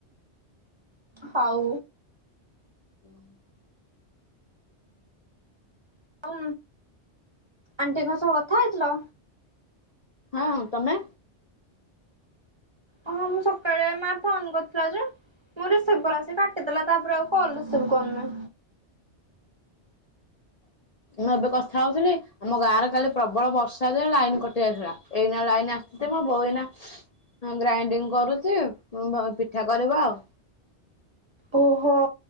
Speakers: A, on the right; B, on the left.
A: ହଉ।
B: <unintelligible>
A: ହଁ ଆଣ୍ଟିଙ୍କ ସହ କଥା ହେଇଥିଲ।
B: ହଁ ତମେ
A: ହଁ ମୁଁ ସକାଳେ ମା ଫୋନ କରିଥିଲା ଯେ ମୁ ରିସିଭ କଳାସେ କାଟିଦଲା ତାପରେ ଆଉ କଲ ରିସିଭ କରୁନି।
B: ମୁଁ ଏବେ କଥା ହଉଥିଲି ଆମ ଗାଁରେ କାଲି ପ୍ରବଳ ବର୍ଷାାରେ ଲାଇନ କଟି ଯାଇଥିଲା ଏଇନା ଲାଇନ ଆସିଛି ମୁ ବୋଉ ଏଇନା ଗ୍ରାଇଣ୍ଡିଙ୍ଗ କରୁଛି ପିଠା କରିବା ଆଉ।
A: ଓହୋ